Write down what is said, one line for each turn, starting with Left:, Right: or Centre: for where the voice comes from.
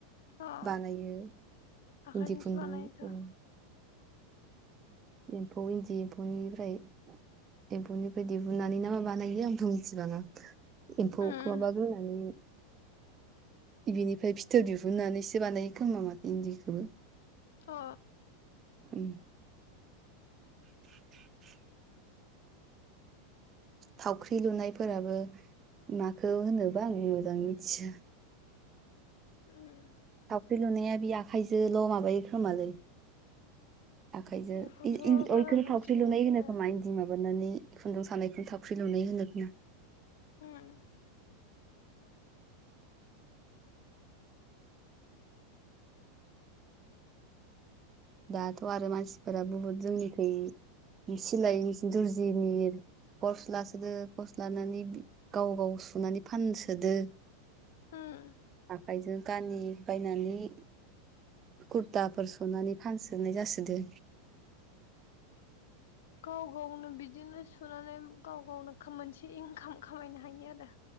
Left: अ
Right: बानायो
Left: आखाइजोंसो
Right: इन्दि खुन्दुं।
Left: बानायोथ'
Right: एम्फौ इन्दि एम्फौनिफ्राय। एम्फौनिफ्राय दिहुननानै ना मा बानायो आंबो मिन्थिबांङा‌। एम्फौ
Left: उम
Right: माबाग्रोनानै। बिनिफ्राय फिथोब दिहुननानैसो बानायो खोमा माथो इन्दिखौबो?
Left: अ!
Right: ओम। <inaudible> थावख्रि लुनायफोराबो माखौ होनोबा आं मोजां मिथिया?
Left: उम
Right: थावख्रि लुनाया बि आखाइजोल' माबायो खोमालै। आखाइजो
Left: बेखौथ'
Right: इ-इ-अ
Left: बारा
Right: इखोनो
Left: मोनथिनाय
Right: थावख्रि लुनाय
Left: जाया
Right: होनो खोमा इन्दि। नानै खुन्दुं सानायखौनो थावख्रि लुनाय होनो खोमा।
Left: होम‌।
Right: दाथ' आरो मानसिफोरा बुहुद जोंनिखै सिलाय दुरजिनि कर्स लासोदो कर्स लानानै बि गाव गाव सुनानै फानसोदो।
Left: उम।
Right: आखाइजों गानि बायनानै कुरताफोर सुनानै फानसोनाय जासोदो।
Left: गाव गावनो बिदिनो सुनानै गाव गावनो खामोनसे इनकाम खामायनो हायो आरो।